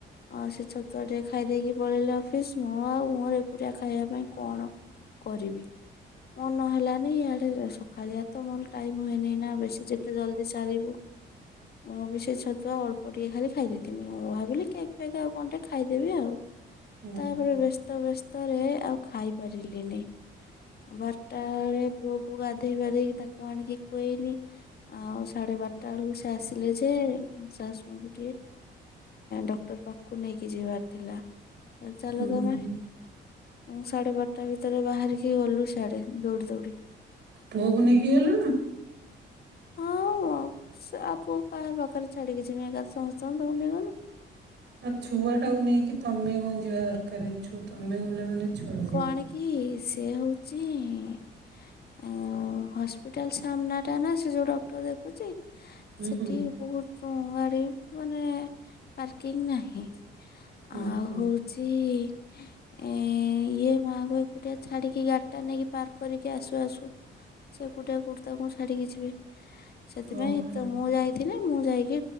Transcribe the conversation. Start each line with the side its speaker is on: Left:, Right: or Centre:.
Left: ଅ ସେ ଛତୁଆଟେ। ଖାଇଦେଇକି ପଳେଇଲେ ଅଫିସ୍, ମୁଁ ଆଉ ମୋର ଏକୁଟିଆ ଖାଇବା ପାଇଁ କଣ କରିବି? ମନ ହେଲାନି ଇଆଡେ ସକାଳିଆ ତ ମୋର ଟାଇମ୍ ହୁଏନି ନା ବେଶୀ ଯେତେ ଜଲଦି ସାରିବୁ ମୁଁ ବି ସେ ଛତୁଆ ଅଳ୍ପ ଟିକେ ଖାଲି ଖାଇ ଦେଇଥିନି ମୁଁ ଭାବିଲି କେକଫେକ୍ ଆଉ କଣ ଟିକେ ଖାଇ ଦେବି ଆଉ।
Right: ହୁଁ
Left: ତାପରେ
Right: ହୁଁ
Left: ବ୍ୟସ୍ତ ବ୍ୟସ୍ତ୍। ତାରେ ଆଉ ଖାଇପାରିଲିନି, ବାରଟା ବେଳେ ପୁଅକୁ ଗାଧେଇପାଧେଇକି ତାକୁ ଆଣିକି ଖୁଆଇଲି ଆଉ ସାଢେ ବାରଟା ବେଳକୁ ସେ ଆସିଲେ ଯେ ମୋ ଶାଶୁଙ୍କୁ ଟିକେ ଡକ୍ଟର ପାଖକୁ ନେଇକି ଯିବାର୍ ଥିଲା। ଚାଲ
Right: ହୁଁ
Left: ତମେ, ମୁଁ ସାଢେ ବାର୍ ଟା ଭିତରେ ବାହାରିକି ଗଲୁ ସିଆଡେ ଦୌଡ଼ି ଦୌଡ଼ି।
Right: ପୁଅକୁ ନେଇକି ଗଲ?
Left: ହଁଅଅ ହଁ ସେ ଆଉ ପୁଅକୁ କାହା ପାଖରେ ଛାଡିକି ଯିମି ଏକଥରେ ସମସ୍ତଙ୍କୁ ତାକୁ ନେଇଗନୁ।
Right: ଆଉ ଛୁଆଟାକୁ ନେଇକି ତମେ କଣ ଯିବା ଦରକାର ଛୁତ୍ ତମେ ଗଲେ ମାନେ ଛୁଆ
Left: କୁ
Right: ଯିବେ।
Left: ଆଣିକି ସେ ହଉଛିଇଇ ଉଁ ଉଁ ହସ୍ପିଟାଲ ସାମ୍ନାଟା ନା ସେ ଯୋଉ ଡକ୍ଟର ଦେଖୁଛି।
Right: ହୁଁ
Left: ସେଠି
Right: ହୁଁ
Left: ବହୁତ୍। <inaudible> ଗାଡି ମାନେ, ପାର୍କିଙ୍ଗ୍ ନାହିଁ।
Right: ହୁଁ
Left: ଆଉ
Right: ହୁଁ।
Left: ହଉଚି ଏଁ ଏଁ ଏଁ ଏଁ ଇଏ ମାଆଙ୍କୁ ଏକୁଟିଆ ଛାଡିକି ଗାଡିଟା ନେଇକି ପାର୍କ କରିକି ଆସୁ ଆସୁ ସେ ଏକୁଟିଆ କୋଉଠି ତାଙ୍କୁ ଛାଡିକି ଯିବେ। ଏ ସେଥିପାଇଁ
Right: ଓହୋ
Left: ତ ମୁଁ ଯାଇଥିଲି ମୁଁ ଯାଇକି